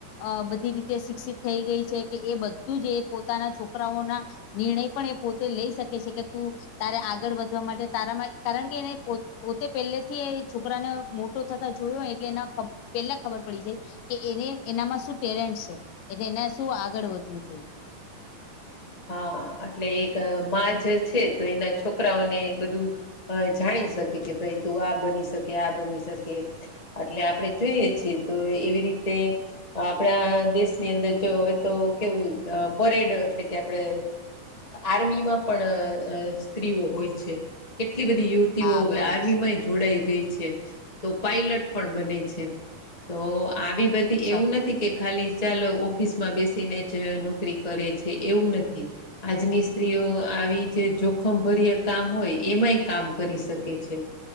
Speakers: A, on the left; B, on the left.
A: અ બધી રીતે શિક્ષિત થઈ ગઈ છે, કે એ બધું જ એ પોતાના છોકરાઓના નિર્ણય પણ એ પોતે લઈ શકે છે, કે તું તારે આગળ વધવા માટે તારામાં કારણ કે એને પોતે પહેલેથી છોકરાને મોટો થતા જોયોય એટલે એના પેલા ખબર પડી જાય. કે એને એનામાં શું ટેલેન્ટ છે એટલે એને શું આગળ વધવું જોઈએ.
B: હા એટલે એક માં જ છે, તો એના છોકરાઓને બધુ અ જાણી શકે કે ભાઈ તું આ બની શકે આ બની શકે એટલે આપણે જોઈએ છીએ, તો એવી રીતે આપણા દેશની અંદર જો હવે તો કેવું પરેડ એટલે કે આપણે આર્મીમાં પણ સ્ત્રીઓ હોય છે કેટલી બધી યુથ.
A: હા હવે
B: વે
A: હોય
B: આર્મીમાંય
A: છે
B: જ જોડાઈ ગઈ છે તો પઇલટ પણ બને છે, તો આવી બધી એવું
A: સાચું
B: નથી કે ખાલી ચાલ ઓફિસ માં બેસીને જ નોકરી કરે છે, એવું નથી થી. આજની સ્ત્રીઓ આવી જે જોખમભરય કામ હોય એમાંય કામ કરી શકે છે.